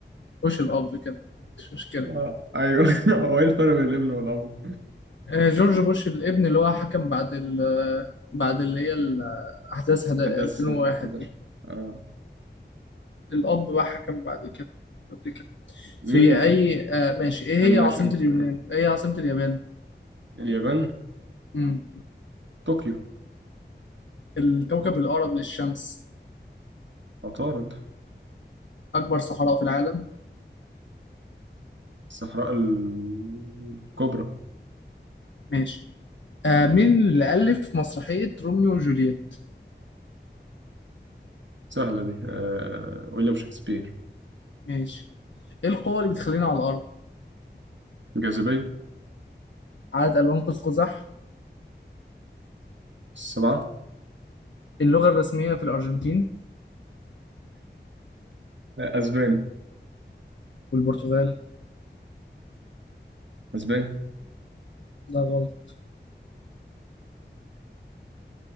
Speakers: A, on the left; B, on the right.
A: بوش الأب كده مش مشكلة
B: آه أيوه <laughs> هو إيه الفرق بين الابن والأب؟
A: آه جورج بوش الابن اللي هو حكم بعد ال بعد اللي هي ال- أحداث هد- 2001
B: أحداث 11
A: دي
B: آه
A: الأب بقى حكم بعد كده قبل كده
B: مين
A: في أي آه ماشي إيه
B: آه، ماشي
A: هي عاصمة
B: أنت
A: اليونان؟
B: آه.
A: إيه هي عاصمة اليابان؟
B: اليابان
A: مم.
B: طوكيو
A: الكوكب الأقرب للشمس
B: عطارد
A: أكبر صحراء في العالم
B: الصحراء ال- الكبرى
A: ماشي آه مين اللي ألف مسرحية روميو وجولييت؟
B: سهلة دي آه ويليام شكسبير
A: ماشي ايه القوة اللي بتخلينا على الأرض؟
B: الجاذبية
A: عدد ألوان قوس قزح،
B: السبعة
A: اللغة الرسمية في الأرجنتين
B: آه، أسباني
A: والبرتغال،
B: أسباني
A: لا غلط،